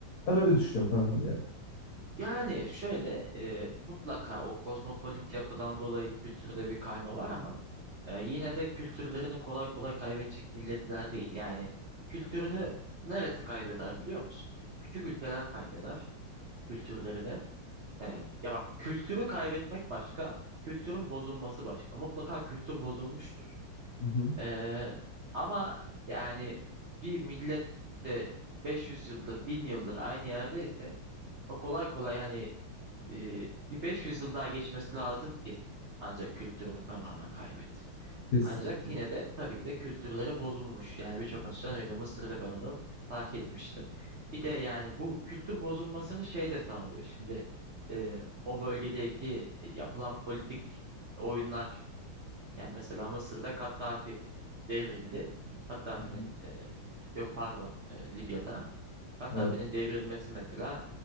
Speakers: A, on the left; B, on the right.
A: Ben öyle düşünüyorum kankam yani.
B: Yani şöyle e, mutlaka o kozmopolit yapıdan dolayı kültürde bir kayma var ama Ee, yine de kültürlerini kolay kolay kaybedecek milletler değil. Yani kültürünü neresi kaybeder biliyor musun? Hani Küçük ülkeler kaybeder kültürlerini. Ee, ya bak kültürü kaybetmek başka, kültürün bozulması başka. Mutlaka kültür bozulmuştur.
A: Hı hı.
B: Ee, ama yani bir millet işte 500 yıldır, 1000 yıldır aynı yerdeyse o kolay kolay hani e, bir 500 yıl daha geçmesi lazım ki ancak kültürünü tamamen kaybet.
A: Kesinlikle.
B: Ancak yine de tabii ki de kültürleri bozulmuş. Yani birçok
A: Kesinlikle.
B: açıdan öyle Mısır'da ben onu fark etmiştim. Bir de yani bu kültür bozulmasını şey de sağlıyor. Şimdi e, o bölgedeki yapılan politik oyunlar yani mesela Mısır'da Kaddafi devrildi. Kaddafi'nin
A: Hı hı.
B: e, yok pardon e, Libya'da Kaddafi'nin
A: Evet.
B: devrilmesi mesela